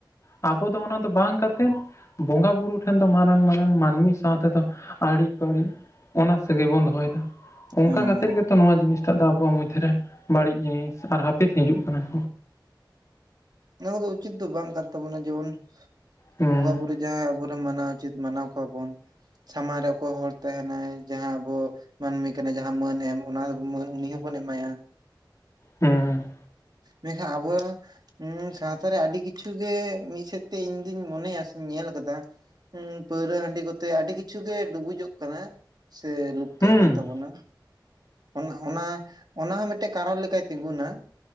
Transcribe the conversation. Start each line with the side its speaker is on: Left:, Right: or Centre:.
Left: ᱟᱵᱚ ᱫᱚ ᱚᱱᱟ ᱫᱚ ᱵᱟᱝ ᱠᱟᱛᱮᱫ ᱵᱚᱸᱜᱟ ᱵᱩᱨᱩ ᱴᱷᱮᱱ ᱫᱚ ᱢᱟᱨᱟᱝ ᱢᱟᱨᱟᱝ ᱢᱟᱹᱱᱢᱤ ᱥᱟᱶ ᱛᱮᱫᱚ ᱟᱲᱤ ᱵᱟᱲᱤᱡ ᱚᱱᱟ ᱥᱟᱹᱜᱟᱹᱭ ᱵᱚᱱ ᱫᱚᱦᱚᱭ ᱫᱟ᱾ ᱚᱱᱠᱟ
Right: ᱦᱮᱸ
Left: ᱠᱷᱟᱹᱛᱤᱨ ᱜᱮᱛᱚ ᱛᱚ ᱱᱚᱣᱟ ᱡᱤᱱᱤᱥ ᱴᱟᱜ ᱫᱚ ᱟᱵᱚᱣᱟᱜ ᱢᱚᱫᱽᱫᱷᱮᱨᱮ ᱵᱟᱹᱲᱤᱡ ᱡᱤᱱᱤᱥ ᱟᱨ ᱦᱟᱯᱤᱫ ᱦᱤᱡᱩᱜ ᱠᱟᱱᱟ
Right: ᱚᱱᱟ ᱠᱚᱫᱚ ᱩᱪᱤᱛ ᱫᱚ ᱵᱟᱝ ᱠᱟᱱ ᱛᱟᱵᱚᱱᱟ ᱡᱮᱢᱚᱱ
Left: ᱦᱩᱸ
Right: ᱵᱚᱸᱜᱟ ᱵᱩᱨᱩ ᱡᱟᱦᱟᱸ ᱟᱵᱚ ᱨᱮᱱ ᱢᱟᱱᱟᱣ ᱩᱪᱤᱛ ᱢᱟᱱᱟᱣ ᱠᱚᱣᱟ ᱵᱚᱱ ᱥᱟᱢᱟᱝ ᱨᱮ ᱚᱠᱚᱭ ᱦᱚᱲ ᱛᱟᱦᱮᱱᱟᱭ ᱡᱟᱦᱟᱸ ᱟᱵᱚ ᱢᱟᱹᱱᱢᱤ ᱠᱟᱱᱟ ᱡᱟᱦᱟᱸ ᱢᱟᱹᱱ ᱮᱢ ᱚᱱᱟ ᱢᱟᱹᱱ ᱩᱱᱤ ᱦᱚᱸᱵᱚᱱ ᱮᱢᱟᱭᱟ᱾
Left: ᱦᱩᱸ
Right: ᱢᱮᱱ ᱠᱷᱟᱱ ᱟᱵᱚᱣᱟ ᱦᱮᱸ ᱥᱟᱶᱛᱟ ᱨᱮ ᱟᱹᱰᱤ ᱠᱤᱪᱷᱩ ᱜᱮ ᱢᱤᱫ ᱥᱮᱫ ᱛᱮ ᱤᱧ ᱫᱩᱧ ᱢᱚᱱᱮᱭᱟ ᱥᱮ ᱧᱮᱞ ᱟᱠᱟᱫᱟ ᱦᱩᱸ ᱯᱟᱹᱣᱨᱟᱹ ᱦᱟᱺᱰᱤ ᱠᱚᱛᱮ ᱟᱹᱰᱤ ᱠᱤᱪᱷᱩ ᱜᱮ ᱰᱩᱵᱩᱡᱚᱜ ᱠᱟᱱᱟ ᱥᱮ ᱡᱩᱛᱚ
Left: ᱦᱩᱸ
Right: ᱠᱟᱱ ᱛᱟᱵᱚᱱᱟ ᱚᱱᱟ ᱚᱱᱟ ᱦᱚᱸ ᱢᱤᱫᱴᱮᱡ ᱠᱟᱨᱚᱱ ᱞᱮᱠᱟᱭ ᱛᱤᱸᱜᱩᱱᱟ ᱾